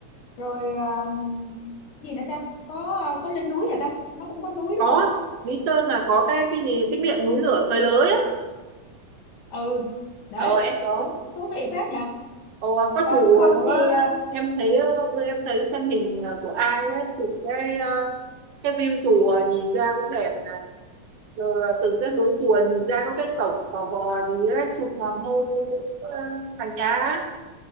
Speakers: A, on the left; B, on the right.
A: rồi um, gì nữa ta có có lên núi hả ta nó cũng có núi
B: có
A: đúng không
B: Mỹ Sơn là có cái cái gì cái miệng núi lửa thời lới á
A: ừ đấy
B: ờ em có
A: cũng thú vị phết nhỉ
B: Ồ, có
A: còn
B: chủ
A: không
B: nữa
A: thì à,
B: em thấy ờ, bữa em thấy xem hình ờ, của ai ấy chụp cái ờ, cái view chùa nhìn ra cũng đẹp mà rồi từng cái hướng chùa nhìn ra có cái cổng gò gò gì ấy chụp hoàng hôn cũng ờ, hoành tráng